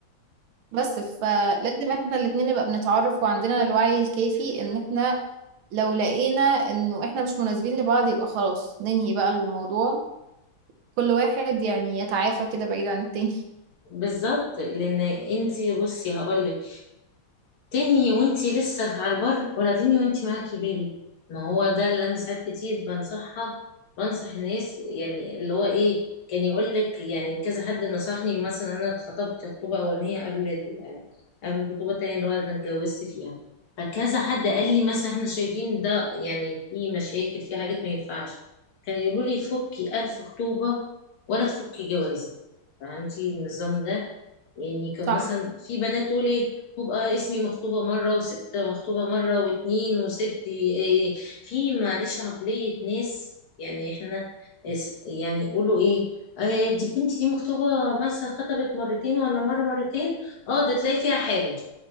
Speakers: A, on the right (about 75°); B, on the left (about 80°).
A: بس فلازم احنا الاتنين نبقى بنتعرف وعندنا الوعي الكافي ان احنا لو لقينا انه احنا مش مناسبين لبعض يبقى خلاص ننهي بقى الموضوع كل واحد يعني يتعافى كده بعيد عن التاني <laughs>
B: بالظبط لان انتي بصي هقولك تنهي وانتي لسه على البر ولا تنهي وانتي معاكي بيبي ما هو ده اللي انا ساعات كتير بنصحها بنصح الناس يعني اللي هو ايه كان يقول لك يعني كذا حد نصحني مثلا انا اتخطبت خطوبه اولانيه قبل ال- قبل الخطوبه التانيه اللي هو انا اتجوزت فيها فكذا حد قال لي مثلا احنا شايفين ده يعني في مشاكل في حاجات ما ينفعش كان يقولوا لي فكي ألف خطوبه ولا تفكي جوازه فهمتي النظام ده يعني كان
A: صح
B: مثلا في بنات تقول ايه وبقى اسمي مخطوبة مرة وسبت مخطوبة مرة واتنين وسبت إيه في معلش عقلية ناس يعني احنا اس- يعني يقولوا ايه آه، دي بنتي دي مخطوبة مثلا خطبت مرتين ولا مرة مرتين اه ده تلاقي فيها حاجة